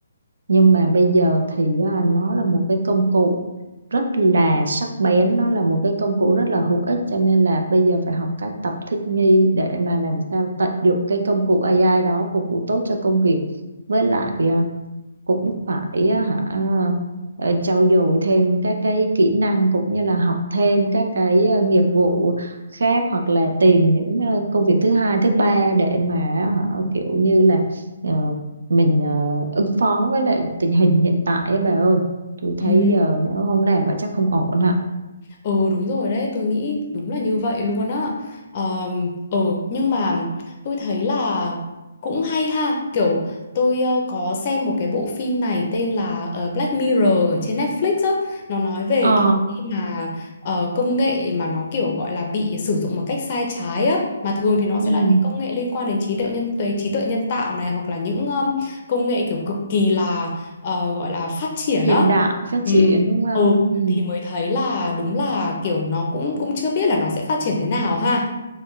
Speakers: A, on the right; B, on the left.
A: nhưng mà bây giờ thì à, nó là một cái công cụ rất là sắc bén nó là một cái công cụ rất là hữu ích cho nên là bây giờ phải học cách tập thích nghi để mà làm sao tận dụng cái công cụ AI đó phục vụ tốt cho công việc với lại à, cũng phải á hả ờ, trau dồi thêm các cái kỹ năng cũng như là học thêm các cái ờ, nghiệp vụ khác hoặc là tìm những ờ, công việc thứ hai thứ ba để mà hả kiểu như là ờ, mình ờ, ứng phó với lại tình hình hiện tại á bà ơi tôi thấy
B: Ừ.
A: giờ nếu không làm vậy chắc không ổn hả
B: Ừ đúng rồi đấy, tôi nghĩ đúng là như vậy luôn á. Ờm, Ừ nhưng mà tôi thấy là cũng hay ha. Kiểu tôi ờ, có xem một cái bộ phim này tên là ờ, Black Mirror ở trên Netflix á. Nó nói về
A: ờ
B: cái khi mà ờ, công nghệ mà nó kiểu gọi là bị sử dụng một cách sai trái á. Mà thường thì nó
A: ừ.
B: sẽ là những công nghệ liên quan đến trí tuệ nhân tuệ trí tuệ nhân tạo này hoặc là những ờm, công nghệ kiểu cực kỳ là ờ, gọi là phát triển
A: hiện
B: á.
A: đại phát
B: Ừ.
A: triển đúng không
B: Ừ
A: ừ.
B: thì mới thấy là đúng là kiểu nó cũng cũng chưa biết là nó sẽ phát triển thế nào ha.